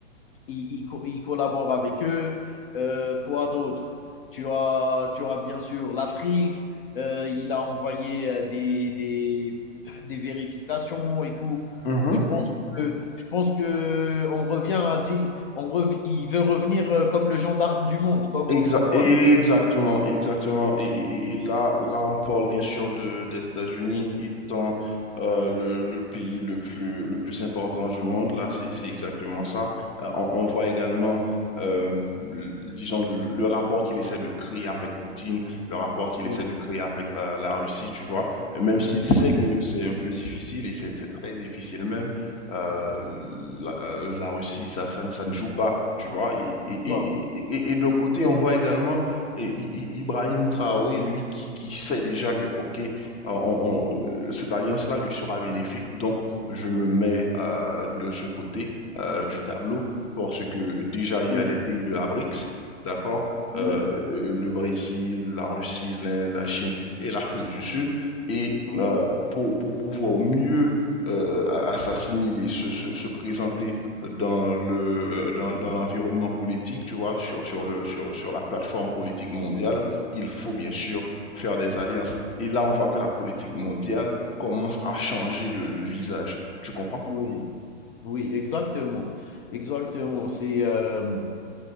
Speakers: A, on the left; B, on the left.
A: il, il, il, collabore avec eux. Euh, quoi d'autre tu as, tu as bien sûr l'Afrique. Euh, il a envoyé euh, des, des, des, vérifications et tout.
B: mhm.
A: Je pense que, je pense que on revient à dire, on rev, il veut revenir euh, comme le gendarme du monde, comme
B: Exa-
A: autrefois.
B: exactement, exactement. Et, et- et- là, là, on parle bien sûr de, des États-Unis étant euh, le, le pays le plus, le plus important du monde. Là, c'est, c'est exactement ça. Euh, on, on voit également, euh, l- disons, le, le rapport qu'il essaie de créer avec Poutine, le rapport qu'il
A: Oui,
B: essaie de créer avec euh, la Russie, tu vois. Même s'il sait
A: oui.
B: que c'est un peu difficile, et c'est c'est très difficile même, euh, la, euh, la Russie, ça, ça, ne ça ne joue pas, tu vois. Et, et,
A: Tu
B: et, et- et et d'un côté, on voit également eh, I- I- Ibrahim Traoré, lui, qui, qui sait déjà que, OK, euh, on- on- euh, cette alliance-là lui sera bénéfique, donc je me mets euh, de ce côté euh, du tableau, parce que déjà, il
A: Oui,
B: y a les pays de la BRICS, d'accord?
A: oui,
B: Euh, euh, le Brésil, la Russie, l'Inde, la Chine et l'Afrique du Sud. Et
A: oui,
B: euh, pour, pour pouvoir mieux euh, à, à s'assimiler, se, se- se présenter dans le, euh, dans, dans l'environnement politique, tu vois, sur, sur le, sur, sur la plateforme politique mondiale, il faut bien sûr faire des alliances. Et là, on voit que la politique mondiale commence à changer de, de visage. Tu comprends?
A: oui, oui, exactement, exactement. C'est euh,